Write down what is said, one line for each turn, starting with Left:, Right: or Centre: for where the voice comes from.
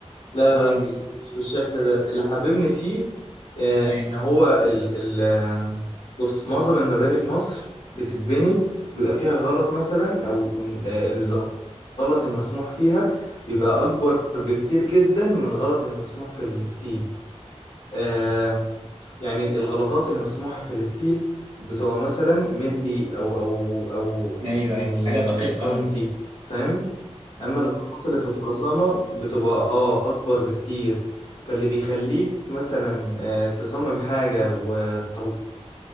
Left: لا
Right: امال
Left: لا، مش بالشكل ده اللي حببني فيه آه،
Right: ايوه
Left: ان هو ال ال آه، بص معظم المباني في مصر بتتبني بيبقى فيها غلط مثلا او آه، الغلط المسموح فيها بيبقى اكبر بكتير جدا من غلط المسموح في الستيل آه يعني الغلطات اللي مسموحة في الستيل بتبقى مثلا ملي أو أو أو
Right: ايوه
Left: يعني
Right: ايوه حاجة دقيقة
Left: سنتي
Right: أوي
Left: فاهم أما الغلطات اللي في الخرسانة بتبقى آه أكبر بكتير فاللي بيخليك مثلا آه تصمم حاجة وتطلعها